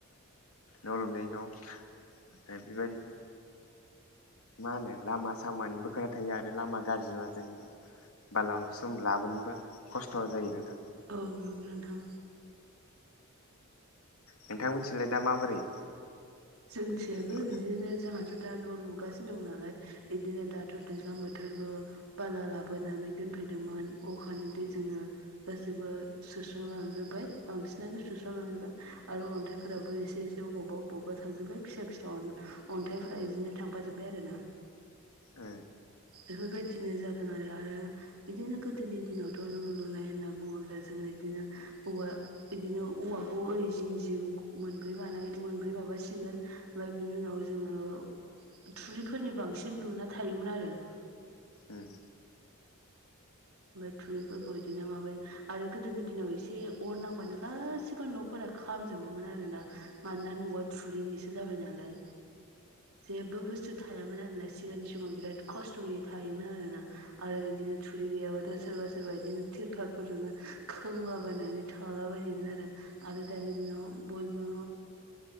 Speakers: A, on the left (about 85°); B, on the right (about 85°).
A: न' लुनाय समाव बेबायदिनो मा होनो लामा सामानिबो खोनथा थायो आरो लामा गाज्रिबा जों बाला अन्थाय सम लाबोनोबो खस्थ जायो नोंथां
B: औ नंगौ नोंथां
A: नोंथांमोननिथिलाय दा माबोरै
B: जोंनिथिंबो
A: न'
B: बिदिनो जोंहाथ दा न' लुगासिनो दं नालाय बिदिनो दाथ दैज्लां बोथोरबो बाला लाबोनानै दोनफैदोंमोन अखानि दैजोंनो गासैबो सुस्रांलांजोबबाय बांसिनानो सुस्रालांजोबबाय आरो अनथाइफोराबो एसे एसे अबावबा अबावबा थांजोबबाय फिसा फिसा अनथाइफोरा इदिनो थांफाजोबबाय आरोना
A: ओ
B: बेफोरबायदिनो जादोंआरो आरो बिदिनो गोदोनि दिनाव थ न' लुनाय होनना बुङोब्ला जोङो इदिनो औवा दिनो औवाखौ ओरै जिं जिं मोनब्रै बानाय मोनब्रै माबासि गोन ओमफ्राय बिनि उनाव जोङो थुरिफोरनि बांसिन लुना थायोमोन आरो
A: उम
B: ओमफ्राय थुरिफोरखौ इदिनो माबाय आरो गोदोनि दिनाव एसे अर नांबानो गासिबो न'फोरा खामजोबोमोन आरोना मानोना न' वा थुरिनिसो जाबाय नालाय जेबो बुसथु थायामोन आरोना गोदोनि समाव बिराद खसथयै थायोमोन आरोना आरो बिदिनो थुरि गैयाबा सोरबा सोरबा बिदिनो तिरफालफोरजोंनो खोंलाबायनानै थालाबायनायमोन आरो आरो दानि दिनाव बयबो